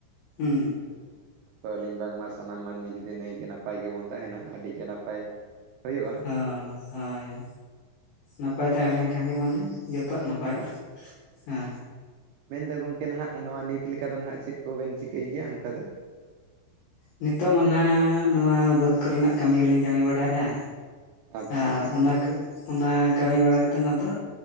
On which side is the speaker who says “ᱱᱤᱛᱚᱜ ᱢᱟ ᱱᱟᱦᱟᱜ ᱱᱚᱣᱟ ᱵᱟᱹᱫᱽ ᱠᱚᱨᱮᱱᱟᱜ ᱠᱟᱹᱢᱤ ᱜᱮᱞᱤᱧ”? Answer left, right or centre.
Left